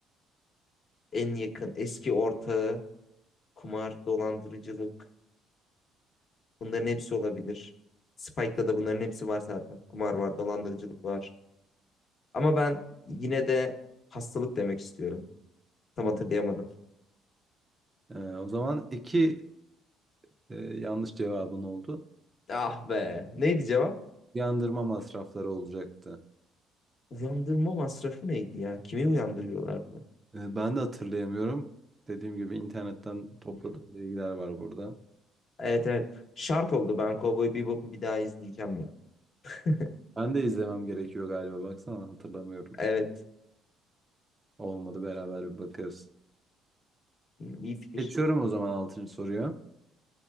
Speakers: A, on the left; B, on the right.
A: En yakın eski ortağı, kumar, dolandırıcılık. Bunların hepsi olabilir. Spike'da da bunların hepsi var zaten. Kumar var, dolandırıcılık var. Ama ben yine de hastalık demek istiyorum. Tam
B: Hmm.
A: hatırlayamadım.
B: Ee, o zaman iki e, yanlış cevabın oldu.
A: Ah be. Neydi cevap?
B: yandırma masrafları olacaktı.
A: Uyandırma masrafı neydi ya? Kimi uyandırıyorlardı?
B: Ee, ben de hatırlayamıyorum. Dediğim gibi internetten topladığım
A: Hı hı.
B: bilgiler var burada.
A: Evet evet. Şart oldu. Ben Cowboy Bebop'u bir daha izleyeceğim ya. <laughs>
B: Ben de izlemem gerekiyor galiba. Baksana hatırlamıyorum.
A: Evet.
B: Olmadı beraber bir bakarız.
A: İyi fikir.
B: Geçiyorum o zaman altıncı soruya.